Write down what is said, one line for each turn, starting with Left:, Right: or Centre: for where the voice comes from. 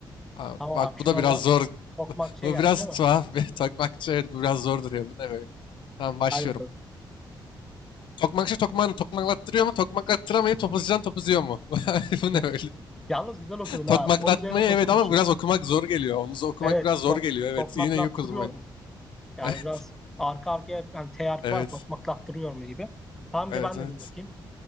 Left: Abi,
Centre: Tamam
Left: bak
Centre: abi şu
Left: bu da
Centre: anda
Left: biraz zor.
Centre: tokmakçıya
Left: <laughs> bu
Centre: geldik
Left: biraz
Centre: değil mi?
Left: tuhaf bir tokmakçı evet bu biraz zor duruyor. Bu ne böyle? Tamam başlıyorum.
Centre: Hadi bakalım.
Left: Tokmakçı tokmağını tokmaklattırıyor mu? Tokmaklattıramayıp topuzcudan topuzuyor mu? <laughs> bu
Centre: <laughs>
Left: ne böyle?
Centre: Yalnız güzel okudun
Left: Tokmaklatmayı
Centre: ha. 10 üzerinden
Left: evet
Centre: 9,5.
Left: ama biraz okumak zor geliyor. Onu zo- okumak
Centre: Evet
Left: biraz zor
Centre: top,
Left: geliyor. Evet
Centre: tokmaklattırıyor
Left: yine yok oldum ben.
Centre: mu?
Left: <laughs>
Centre: Yani
Left: Evet.
Centre: biraz arka arkaya hani teyarp
Left: Evet.
Centre: var ya, tokmaklattırıyor mu gibi. Tamam
Left: Evet
Centre: bir de ben
Left: evet.
Centre: dedim bakayım.